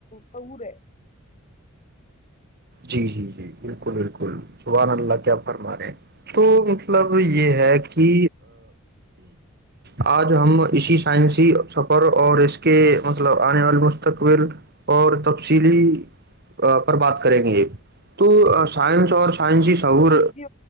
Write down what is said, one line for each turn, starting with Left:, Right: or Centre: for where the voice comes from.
Left: سعور ہے
Right: جی جی جی بالکل بالکل زبحان اللہ کیا فرما رہے تو مطلب یہ ہے کہ آج ہم اسی سائنسی سفر اور اس کے مطلب آنے والے مستقبل اور تفصیلی پر بات کریں گے تو سائنس اور سائنس سہور
Left: جی